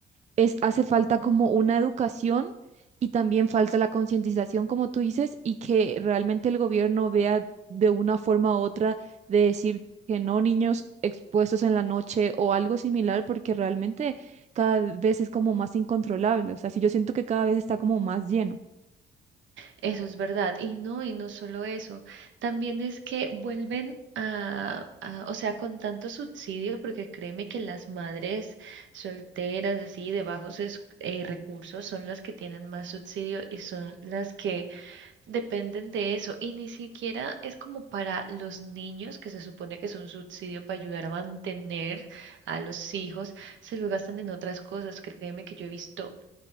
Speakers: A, on the right (about 35°); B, on the right (about 70°).
A: es, hace falta como una educación y también falta la concientización, como tú dices, y que realmente el gobierno vea de una forma u otra de decir que no niños expuestos en la noche o algo similar, porque realmente cada vez es como más incontrolable. O sea, sí, yo siento que cada vez está como más lleno.
B: Eso es verdad. Y no, y no solo eso, también es que vuelven a, a- o sea, con tanto subsidio, porque créeme que las madres solteras, así, de bajos es- eh, recursos, son las que tienen más subsidio y son las que dependen de eso. Y ni siquiera es como para los niños, que se supone que es un subsidio para ayudar a mantener a los hijos, se lo gastan en otras cosas. Créeme que yo he visto